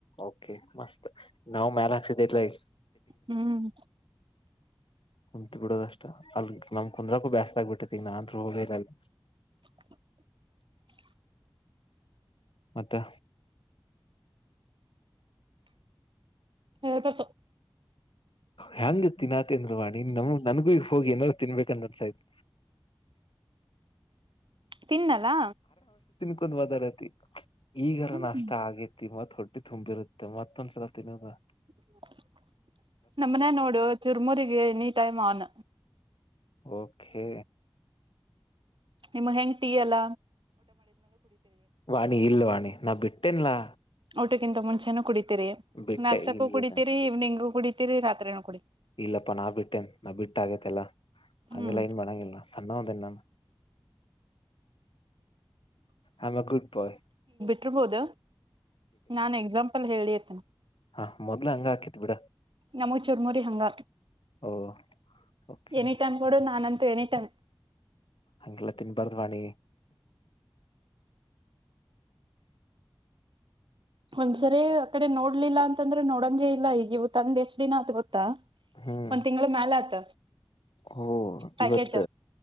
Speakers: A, on the left (about 80°); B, on the right (about 70°).
A: ಓಕೆ ಮಸ್ತ್ ನಾವ್ ಮ್ಯಲ್ ಹಾಕ್ಸಿದ ಇಲ್ಲ ಈ
B: ಹ್ಮ್
A: ಕುತ್ ಬಿಡೋದಷ್ಟ ಅಲ್ ನಮ್ ಕುಂದ್ರಕೂ ಬ್ಯಸ್ ಆಾಗಗ್ಬಿಟ್ಟೈತಿಗ ನಾ ಅಂತೂ ಹೋಗ್ೇರಲ್
B: <inaudible>
A: ಮತ್ತೆ
B: ಹತಪ್ಪ
A: ಹೆಂಗ ತಿಿನಾತ ಅಂದರು ವಾಣಿ ನಮ್ ನನ್ಗೂ ಹೋಗಿ ಏನಾದಾರರು ತಿನ್ಬೇಕಂದ ಅನ್ಸಾಯತ್
B: ತಿನ್ನಲಾ
A: ಕುಂದ್ ಮದಾಡತಿ ಈಗಾರ
B: ಹ್ಮ್
A: ನಾಷ್ಟ ಆಗೇತಿ ಮತ್ ಹೊಟ್ಟಿ ತುಂಬಿರುತ್ತೆ ಮತ್ತೊಂದ್ಸಲ ತಿಿನದ
B: ಹ ನಮನೆ ನೋಡು ತಿರ್ಮೂರಿಗೆ ಎನಿ ಟೈಮ್ ಆನ್
A: ಓಕೆ
B: ನಿಮ್ಮ ಹೆಂಗ್ ಟೀ ಅಲ್ಲ
A: ವಾಣಿ ಇಲ್ ವಾಣಿ ನಾ ಬಿಟ್ಟೇನ್ಲ
B: ಊಟಕ್ಕಿಂತ ಮುಂಚೆನ ಕುಡಿತೀರಿ
A: ಬಿಟ್ಟೆ
B: ನಾಷ್ಟಕ್ಕೂ
A: ಇಲ್ಲ
B: ಕುಡಿತೀರಿ
A: ಇಲ್ಲ
B: ಇವ್ನಿಂಗು ಕುಡಿತೀರಿ ರಾತ್ರಿನೂ ಕುಡಿತರಿ
A: ಇಲ್ಲಪ್ಪಾ ನಾ ಬಿಟ್ಟೇನ್ ನಾ್ ಬಿಟ್ಟ ಆಗೇತೆಲ್ಲಾ ಅಂಗ
B: ಹ್ಮ್
A: ಲೈನ್ ಮಾಡಡಂಗಿಲ್ಲ ಸಣ್ಣ ಅದನಾನ ಆಮ್ ಅ ಗುಡ್ ಬಯ
B: ಇರ್ಬೋದ ನಾನ್ ಎಕ್ಸಾಂಪಲ್ ಹೇಳಿತೇನೆ
A: ಹಾ ಮೊದ್ಲ ಹಂಗ ಹಾಕಿತ್ ಬಿಡ
B: ನಮ ಚುರ್ಮುರಿ ಹಂಗ
A: ಓ ಓಕೆ
B: ಎನಿ ಟೈಮ್ ಕೂಡ ನಾನಂತ ಎನಿ ಟೈಮ
A: ಅಂಗಲ್ಲ ತಿನ್ಬಾರದವಾಣಿ
B: ಒಂದ್ಸರಿ ಆ ಕಡೆ ನೋಡ್ಲಿಲ್ಲ ಅಂತಂದ್ರೆ ನೋಡಂಗಗೆ ಇಲ್ಲ ಈಗ ಇವು ತಂದ ಎಷ್ಟ ದಿನ ಅತ್ ಗೊತ್ತ ಆ
A: ಹ್ಮ್
B: ಒಂದ್ ತಿಂಗಗಳ ಮ್ಯಾಲ ಆತ
A: ಓ
B: ಪ್ಯಾಕೆಟ್
A: ಇವತ್